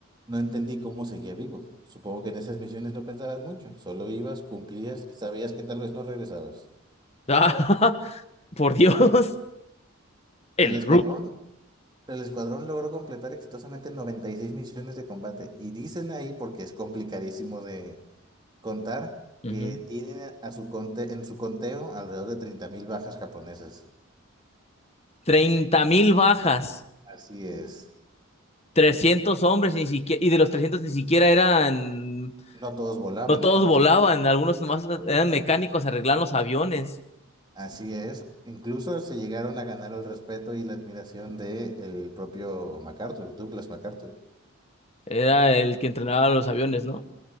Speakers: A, on the right (about 20°); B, on the left (about 30°).
A: no entendí cómo seguía vivo. Supongo que en esas misiones no pensabas mucho, solo ibas, cumplías y sabías que tal vez no regresabas.
B: Ah, <laughs> por Dios, el
A: El escuadrón,
B: rudo.
A: el escuadrón logró completar exitosamente 96 misiones de combate y dicen ahí, porque es complicadísimo de contar,
B: Ujú.
A: que tienen a su conte- en su conteo alrededor de 30.000 bajas japonesas.
B: 30 mil bajas,
A: Así es.
B: 300 hombres, ni siquiera, y de los trescientos ni siquiera eran,
A: No todos volaban,
B: no todos
A: eran
B: volaban,
A: técnicos,
B: algunos
A: eran mecánicos.
B: nomás eran mecánicos, arreglaban los aviones.
A: Así es. Incluso se llegaron a ganar el respeto y la admiración del propio MacArthur, Douglas MacArthur.
B: Era el que entrenaba los aviones, ¿no?